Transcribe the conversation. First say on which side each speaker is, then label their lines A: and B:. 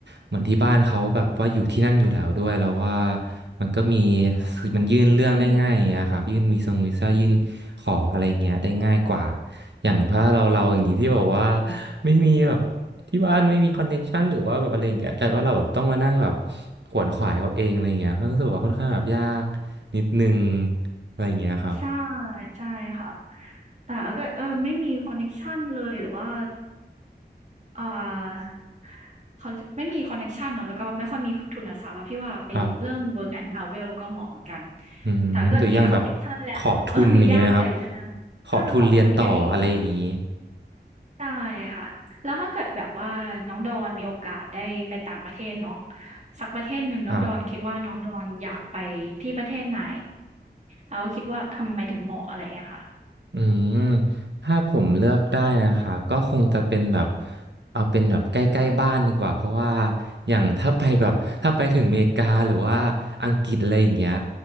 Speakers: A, on the right (about 80°); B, on the right (about 40°).
A: เหมือนที่บ้านเขาแบบว่าอยู่ที่นั่นอยู่แล้วด้วยแล้วว่ามันก็มี
B: อ๋อ
A: มันยื่นเรื่องได้ง่ายอย่างเงี้ยครับยื่นวีซ่งวีซ่ายื่นขออะไรเงี้ยได้ง่ายกว่า
B: มี
A: อย่างถ้าเราเราอย่างงี้ที่แบบว่า
B: อา
A: ไม่มีแบบ ที่บ้านไม่มีคอนเน็กชันหรือว่าแบบอะไรอย่างเงี้ยกลายว่าเราแบบต้องมานั่งแบบขวนขวายเอาเองอะไรอย่างเงี้ยก็รู้สึกว่าค่อนข้างแบบยากนิดนึงอะไรอย่างเงี้ยครับ
B: ใช่ใช่ค่ะ แต่ถ้าเกิดเออไม่มีคอนเน็กชันเลยหรือว่าอ่าเขาไม่มีคอนเน็กชันเนาะแล้วก็ไม่ค่อยมีทุนทรัพย์อะพี่ว่าไปเริ่ม
A: ครับ
B: Work and Travel ก็เหมาะเหมือนกัน
A: อืมหรืออย่างแบบ
B: แต่ถ้าเกิดมีคอนเน็กชันแล้ว
A: ขอทุนอย่างเงี้ยครับ
B: <laughs> เออมีญาติอะไรอยู่แถวนั้นอาขอทุนก็ดีค่ะ
A: ขอทุนเรียนต่ออะไรอย่างงี้
B: ใช่ค่ะแล้วถ้าเกิดแบบว่าน้องดอนมีโอกาสได้ไปต่างประเทศเนาะสักประเทศหนึ่งน้องดอนคิดว่าน้องดอนอยากไปที่ประเทศไหน
A: ครับ
B: แล้วคิดว่าทำไมถึงเหมาะอะไรอย่างเงี้ยค่ะ
A: อืมถ้าผมเลือกได้นะครับ ก็คงจะเป็นแบบเอาเป็นแบบใกล้ๆบ้านดีกว่า เพราะว่าอย่างถ้าไปแบบถ้าไปถึงอเมริกาหรือว่าอังกฤษอะไรอย่างเงี้ย